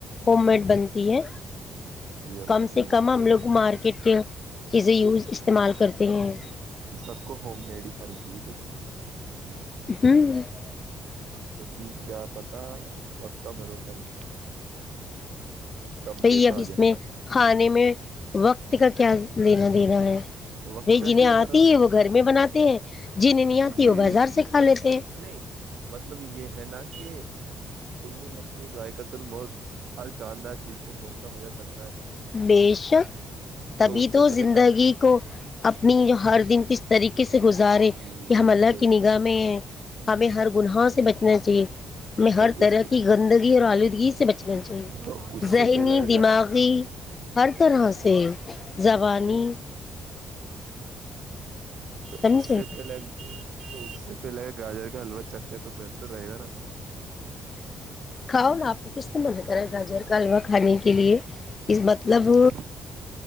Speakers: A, on the left; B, on the right.
A: ہوم میڈ بنتی ہے
B: جی الحمد
A: کم سے
B: للہ
A: کم ہم لوگ مارکیٹ کے چیزیں یوز استعمال کرتے ہیں
B: سب کو ہوم میڈ ہی کھانی چاہیے ت وہ
A: <inaudible>
B: کیونکہ کیا پتا وقت کا بھروسہ نہیں کب
A: بی
B: کیسا
A: اب
B: آ
A: اس
B: جائے
A: میں کھانے میں وقت کا کیا لینا دینا ہے
B: وقت
A: بائی
B: کا اس
A: جنہیں
B: لیے
A: آتی
B: بھروسہ
A: ہے وہ گھر میں بناتے ہیں جنہیں نہیں آتی
B: جی
A: وہ بازار سے کھا لیتے ہیں
B: نہیں مطلب یہ ہے نا کہ ک نس ذائقہ الم ہر جاندار چیز کو مت کا مزہ چلتا
A: بےشک تبھی
B: اس سے
A: تو
B: پہلے
A: زندگی
B: گا
A: کو اپنی ہر دن کس طریقے سے گزارے
B: جی
A: کہ ہم اللہ
B: تو
A: کی نگاہ میں ہیں ہمیں ہر گناہ سے بچنا چاہیے ہمیں ہر
B: تو
A: طرح
B: اس
A: کی گندگی اور آلودگی سے بچنا چاہیے
B: تو اس
A: ذہنی
B: سے پہلے
A: دماغی
B: گا
A: ہر طرح سے زبانی
B: تو
A: سمجھے
B: اس سے پہلے تو اس سے پہلے گاجر کا حلوہ چکنےے تو بہتر رہے گا نا
A: کھا اور آپ کو کس سے من کرا گاجر کا حلوہ کھانے کے لیے اس مطلب
B: بے شک